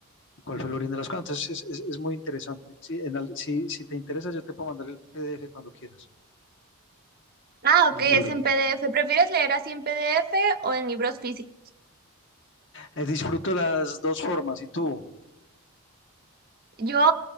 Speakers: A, on the left; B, on the right.
A: y cuál fue el origen de las cosas. Entonces, es, es, es muy interesante. Si, en al- si, si te interesa, yo te puedo mandar el PDF cuando quieras
B: Ah,
A: del
B: ok, es
A: libro.
B: en PDF. ¿Prefieres leer así en PDF o en libros físicos?
A: Eh, disfruto las dos formas. ¿Y tú?
B: Yo,